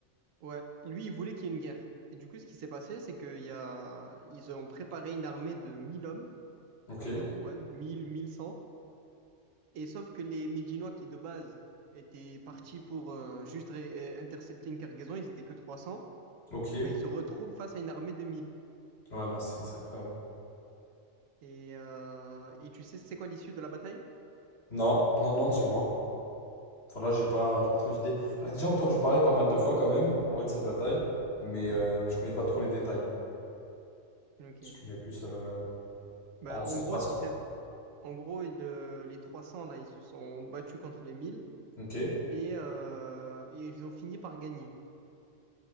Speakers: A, on the right (about 80°); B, on the left (about 55°).
A: Ouais, lui, il voulait qu'il y ait une guerre. Et du coup, ce qui s'est passé, c'est qu'il y a ils ont préparé une armée de 1000 hommes
B: Ok,
A: environ, ouais, mille mille cent. Et sauf que les Médinois qui de base étaient partis pour euh, juste ré- euh, intercepter une cargaison, ils étaient que 300,
B: ok.
A: ben, ils se retrouvent face à une armée de mille
B: Ouais, non, c'est c'est incroyable.
A: Et, euh, et tu sais c'est quoi l'issue de la bataille?
B: Non, non, non, dis-moi. Voilà, j'ai pas, j'ai pas trop d'idées. J'en ai déjà entendu parler pas mal de fois, quand même, en vrai, de cette bataille, mais, euh, mais je connais pas trop les détails.
A: Ok.
B: Je connais plus euh,
A: Ben,
B: en
A: en
B: surface,
A: gros, ce
B: quoi.
A: qui s'est- en gros le- les 300 là, ils se sont battus contre les 1000
B: Ok.
A: et, euh, et ils ont fini par gagner,